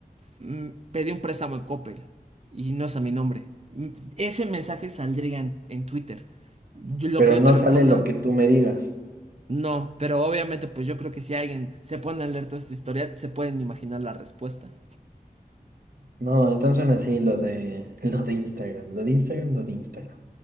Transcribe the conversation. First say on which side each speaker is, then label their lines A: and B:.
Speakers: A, on the right (about 45°); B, on the right (about 75°).
A: mm, pedí un préstamo en Coppel y no es a mi nombre. Mm, Ese mensaje saldría en, en Twitter. Yo- lo
B: Pero
A: que yo
B: no
A: te responda,
B: sale lo que tú me digas.
A: no. Pero obviamente, pues yo creo que si alguien se pone a leer todo este historial, se pueden imaginar la respuesta.
B: No, entonces así lo de <laughs> lo de Instagram, lo de Instagram, lo de Instagram.